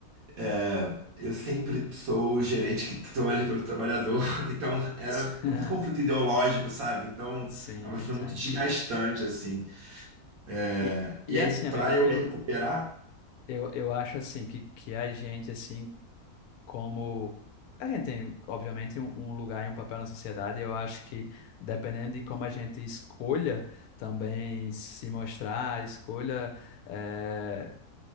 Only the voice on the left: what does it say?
<laughs>
Sim,
eu
entendo.
E, e
assim,
amigo,
eu,
eu, eu acho assim que, que a gente, assim, como. A gente tem, obviamente, um, um lugar e um papel na sociedade, e eu acho que, dependendo de como a gente escolha também se mostrar, escolha eh,